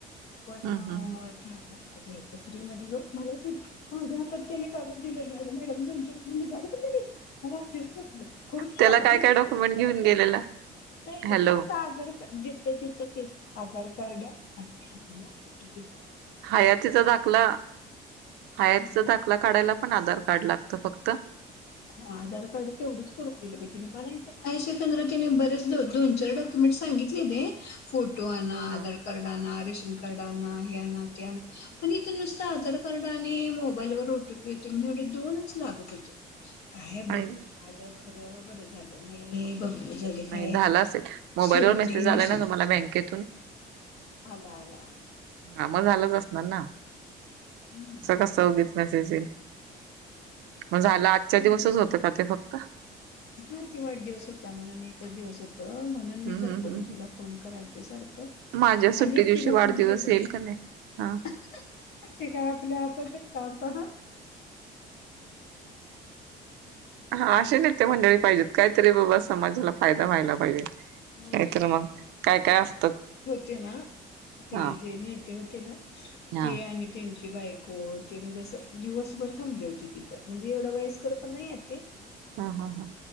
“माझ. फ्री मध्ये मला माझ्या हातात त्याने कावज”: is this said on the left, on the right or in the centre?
Left